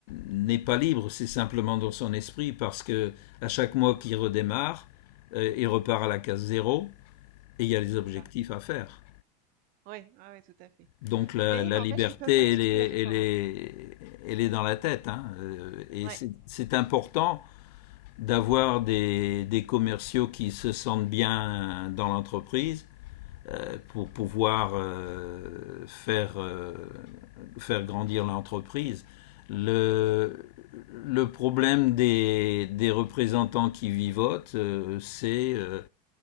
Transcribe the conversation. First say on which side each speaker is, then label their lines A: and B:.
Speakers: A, on the left (about 80°); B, on the right (about 45°).
A: n'est pas libre, c'est simplement dans son esprit, parce que à chaque mois qu'il redémarre, euh, il repart à la case zéro et il y a les
B: C'est
A: objectifs
B: ça.
A: à faire.
B: Oui, ouais, ouais, tout à fait.
A: Donc la,
B: Mais
A: la
B: n'empêche
A: liberté,
B: qu'ils peuvent construire
A: elle est, elle,
B: quand
A: est,
B: même.
A: elle est dans la tête. hein. Euh, Et
B: Ouais,
A: c'est- c'est important d'avoir des, des commerciaux qui se sentent bien dans l'entreprise pour pouvoir euh, faire, euh, faire grandir l'entreprise. Le, le problème des, des, représentants qui vivotent, euh, c'est euh,